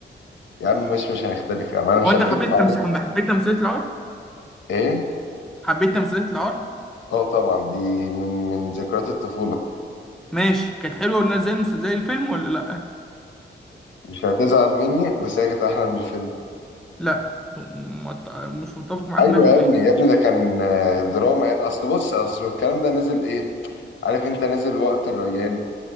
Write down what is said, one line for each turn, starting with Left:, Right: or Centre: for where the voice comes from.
Left: يا عم مش مش هنختلف يا عم انا مش
Centre: هو انت
Left: هختلف
Centre: حبيت
Left: عليك
Centre: تمس... حبيت تمثيلية العار
Left: ايه
Centre: حبيت تمثيلية العار
Left: اه طبعا دي من من ذكريات الطفوله
Centre: ماشي كانت حلوة والناس زي المس... زي الفيلم ولا لا
Left: مش هتزعل مني بس هي كانت احلى من الفيلم
Centre: لا مت... مش متفق معاك
Left: ايوه
Centre: 100%
Left: يا ابني يا ابني ده كان آه، دراما اصل بص اصل الكلام ده نزل ايه عارف انت نزل وقت الريان